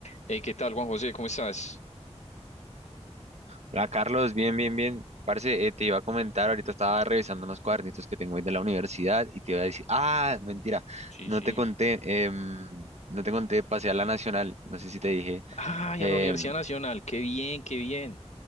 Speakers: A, on the left; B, on the right.
A: Hey, ¿qué tal, Juan José? ¿Cómo estás?
B: Hola Carlos, bien, bien, bien. Parce, eh, te iba a comentar, ahorita estaba revisando unos cuadernitos que tengo ahí de la universidad y te iba a decir, ah, mentira,
A: Sí,
B: no
A: sí.
B: te conté, em, no te conté, pasé a la Nacional, no sé si te dije.
A: Ay,
B: em,
A: a la Universidad Nacional. Qué bien, qué bien.